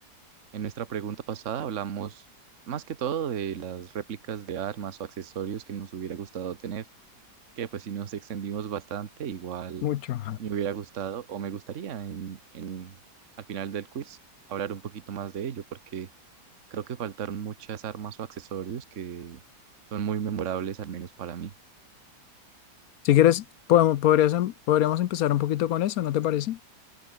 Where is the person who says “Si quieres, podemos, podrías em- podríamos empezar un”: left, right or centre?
Left